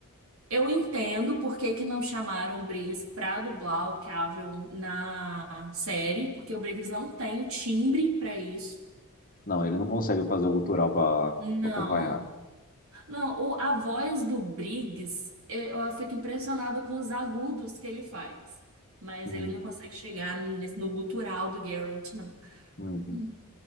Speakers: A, on the right (about 70°); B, on the left (about 40°).
A: Eu entendo por que que não chamaram o Briggs pra dublar o Cavill na série, porque o Briggs não tem o timbre pra isso.
B: Não, ele não consegue fazer o gutural para
A: Não,
B: acompanhar.
A: não, o, a voz do Briggs, eu, eu fico impressionada com os agudos que ele faz. Mas
B: Hum,
A: ele não consegue chegar nesse- no gutural do Geralt, não.
B: uhum.
A: Hum.